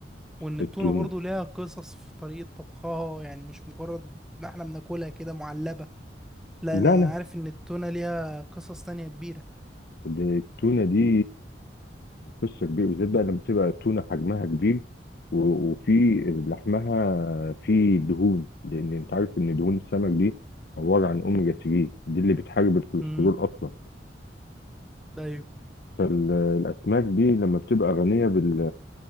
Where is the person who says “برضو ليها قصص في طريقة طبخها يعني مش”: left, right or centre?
Centre